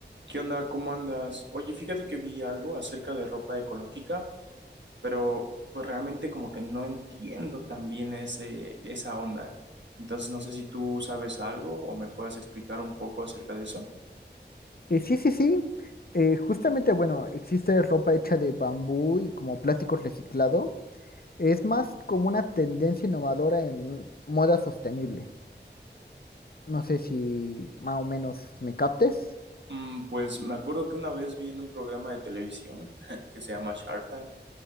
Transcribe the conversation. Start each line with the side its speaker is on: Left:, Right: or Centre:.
Right: ¿Qué onda? ¿Cómo andas? Oye, fíjate que vi algo acerca de ropa ecológica, pero pues realmente como que no entiendo tan bien ese, esa onda. Entonces no sé si tú sabes algo o me puedas explicar un poco acerca de eso.
Left: Eh, sí, sí, sí. Eh, justamente, bueno, existe ropa hecha de bambú y como plástico reciclado. Es más como una tendencia innovadora en moda sostenible. No sé si más o menos me captes.
Right: Mm, pues me acuerdo que una vez vi en un programa de televisión <laughs> que se llama Shark Tank